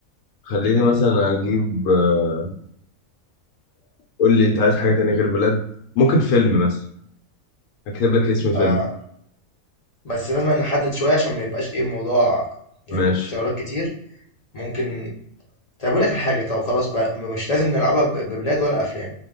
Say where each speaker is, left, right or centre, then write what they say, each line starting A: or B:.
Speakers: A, on the left; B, on the left.
A: خليني مثلا أجيب آه، قول لي انت عايز حاجة تانية غير بلاد ممكن فيلم مثلا هكتب لك اسم فيلم
B: آه بس لازم نحدد شوية عشان ما يبقاش ايه الموضوع يعني
A: ماشي
B: اختيارات كتير ممكن طب اقول لك الحاجة طب خلاص بقى مش لازم نلعبها ب- ببلاد ولا أفلام